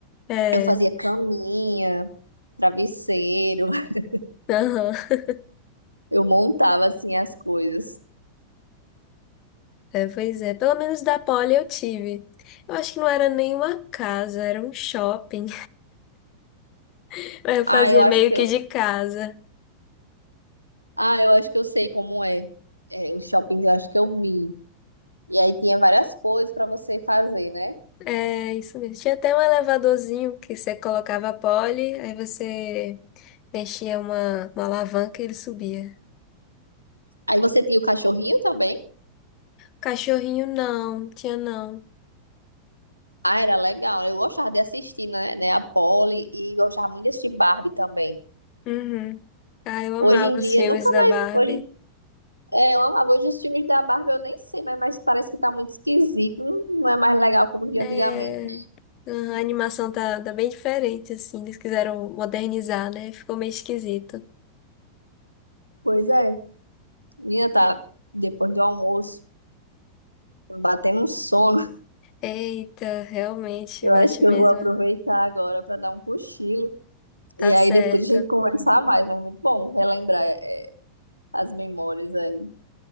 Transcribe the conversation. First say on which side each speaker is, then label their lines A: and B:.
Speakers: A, on the left; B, on the right.
A: É,
B: Eu fazia caminha, travesseiro, <laughs>
A: aham. <laughs>
B: eu montava assim as coisas.
A: É, pois é. Pelo menos da Poli eu tive. Eu acho que não era nenhuma casa, era um shopping. <laughs> Mas eu fazia
B: Ah, eu acho
A: meio
B: que
A: que
B: eu,
A: de casa.
B: ah, eu acho que eu sei como é. É, os shoppings eu acho que eu vi. E aí tinha várias coisas pra você fazer, né?
A: É, isso mesmo. Tinha até um elevadorzinho que você colocava a Poli, aí você mexia uma, uma alavanca e ele subia.
B: Aí você tinha o cachorrinho também.
A: Cachorrinho não, tinha não.
B: Ah, era legal. Eu gostava de assistir, né, né, a Polly e gostava muito desse Barbie também.
A: Uhum. Ah, eu amava
B: Hoje em dia,
A: os filmes
B: nunca
A: da
B: mais.
A: Barbie.
B: Hoje, é, eu amava. Hoje os filmes da Barbie eu nem sei, mas, mas parece que tá muito esquisito. Não não é mais legal como de antigamente.
A: É, a animação tá, tá bem diferente, assim. Eles quiseram modernizar, né? Ficou meio esquisito.
B: Pois é, minha tá depois do almoço, batendo um sono. <laughs>
A: Eita, realmente,
B: Eu
A: bate
B: acho que
A: mesmo.
B: eu vou aproveitar agora para dar um cochilo.
A: Tá
B: E aí
A: certo.
B: depois a gente conversar mais, mas muito bom relembrar é, as memórias aí.